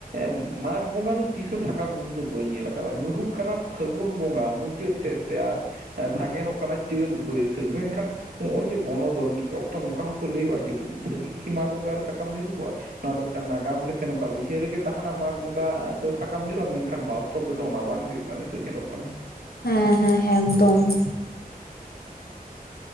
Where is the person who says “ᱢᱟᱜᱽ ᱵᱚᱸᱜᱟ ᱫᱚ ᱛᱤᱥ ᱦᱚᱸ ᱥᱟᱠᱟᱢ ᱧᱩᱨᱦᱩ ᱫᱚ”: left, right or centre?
Right